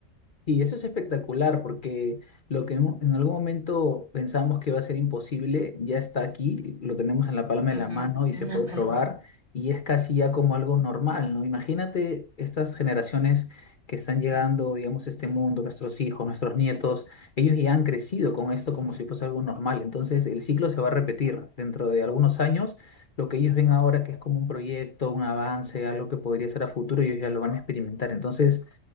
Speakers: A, on the left (about 45°); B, on the right (about 60°).
A: Y eso es espectacular porque lo que hemo- en algún momento pensamos que va a ser imposible ya está aquí, lo tenemos en la palma
B: Ujú,
A: de la mano y
B: Una
A: se puede
B: paloma.
A: probar y es casi ya como algo normal, ¿no? Imagínate estas generaciones que están llegando, digamos, a este mundo, nuestros hijos, nuestros nietos, ellos ya han crecido con esto como si fuese algo normal, entonces el ciclo se va a repetir dentro de algunos años. Lo que ellos ven ahora que es como un proyecto, un avance, algo que podría ser a futuro, ellos ya lo van a experimentar. Entonces,